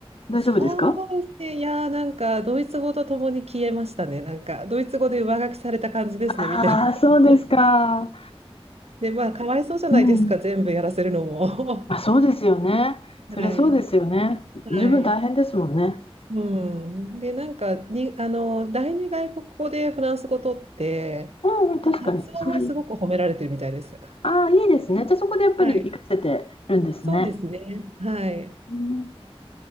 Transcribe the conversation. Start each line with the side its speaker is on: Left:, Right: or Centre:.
Left: 大丈夫ですか
Right: そうですね、いやー、なんか、ドイツ語とともに消えましたね。なんか、ドイツ語で上書きされた感じですね、
Left: ああそうですか。
Right: 見てると。で、まあ、かわいそうじゃないですか、
Left: うん。
Right: 全部やらせるのも。
Left: まあ、そうですよね。
Right: <laughs>
Left: そりゃそうですよね。
Right: はい。はい。
Left: 十分大変ですもんね。
Right: うん、でなんかにあの第二外国語でフランス語取ってで発音はすごく褒められてるみたいです。
Left: うん、うん確かに。そああ、いいですね。じゃあそこでやっぱり活かせてるんですね。
Right: はい、そうですね。はい。
Left: うん